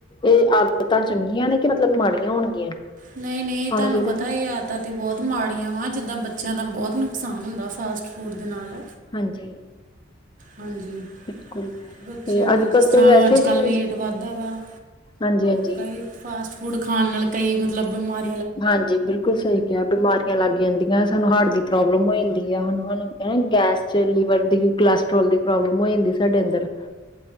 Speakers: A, on the left; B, on the right.
A: ਏ ਆਦਤਾਂ ਚੰਗੀਆਂ ਨੇ ਕਿ ਮਤਲਬ ਮਾੜੀਆਂ ਹੋਣਗੀਆਂ।
B: ਨਹੀ, ਨਹੀ
A: ਖਾਣਾ
B: ਤਾਨੂੰ
A: ਚਾਹੀਦਾ
B: ਪਤਾ
A: ਕਿ
B: ਏ ਯਾਰ ਤਾਂ ਤੇ ਬੌਤ ਮਾੜੀਆਂ ਵਾ ਜਿੱਦਾਂ ਬੱਚਿਆਂ ਦਾ ਬੌਤ ਨੁੱਕਸਾਨ ਹੁੰਦਾ ਫਾਸਟ ਫੂੰਡ ਦੇ ਨਾਲ
A: ਹਾਂਜੀ
B: ਹਾਂਜੀ
A: ਬਿਲਕੁੱਲ
B: ਬੱਚਿਆਂ
A: ਤੇ
B: ਦੇ
A: ਅੱਜਕਲ
B: ਜਿਸ ਤਰ੍ਹਾਂ
A: ਤੇ ਵੈਸੇ
B: ਅੱਜ
A: ਵੀ
B: ਕੱਲ੍ਹ
A: ਹੁੰ
B: ਵੇਟ ਵੱਧਦਾ ਵਾ
A: ਹਾਂਜੀ, ਹਾਂਜੀ।
B: ਕਈ ਫਾਸਟ ਫੂਡ ਖਾਣ ਨਾਲ ਕਈ ਮਤਲਬ ਬਿਮਾਰੀ
A: ਹਾਂਜੀ, ਬਿਲਕੁੱਲ ਸਈ। ਕੇਆ ਬਿਮਾਰੀਆਂ ਲੱਗ ਜਾਂਦੀਆਂ ਸਾਨੂੰ ਹਾਰਟ ਦੀ ਪ੍ਰੋਬਲਮ ਹੋ ਜਾਂਦੀ ਐ ਹੁਨ ਹੁਣ ਗੈਸ ਚ ਲੀਵਰ ਦੀ ਵੀ ਕੋਲੈਸਟਰੋਲ ਦੀ ਪ੍ਰੋਬਲਮ ਹੋ ਜਾਂਦੀ ਸਾਡੇ ਅੰਦਰ